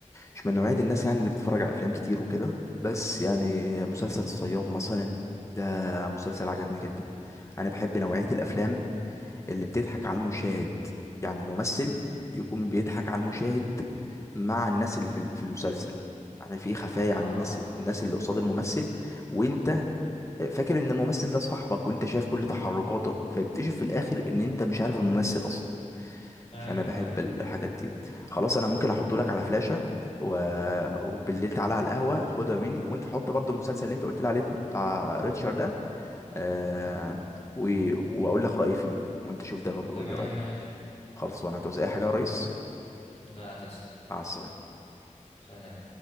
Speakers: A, on the left (about 20°); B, on the left (about 50°).
A: مش من نوعيه الناس يعني اللي بتتفرج على افلام كتير وكده بس يعني مسلسل الصياد مثلا ده مسلسل عجبني جدا انا بحب نوعيه الافلام اللي بتضحك على المشاهد يعني الممثل يكون بيضحك على المشاهد مع الناس اللي في في المسلسل يعني في خفايا
B: اه
A: عن الناس الناس اللي قصاد الممثل وانت فاكر ان الممثل ده صاحبك وانت شايف كل تحركاته فيكتشف في الاخر ان انت مش عارف الممثل اصلا
B: ايوه
A: فانا بحب
B: صحيح
A: ال- الحاجات دي خلاص انا ممكن احطه لك على فلاشة و... وبالليل تعالى على القهوة خدها مني وانت حط برضو المسلسل اللي انت قلت لي عليه بر- بتاع ريتشارد ده آه... و... واقول لك رأيي فيه وانت شوف ده برضو
B: تمام
A: قول لي رأيك
B: ماشي
A: خلاص وانا هتعوز اي حاجة يا ريس
B: لا تسلم
A: مع السلامة
B: سلام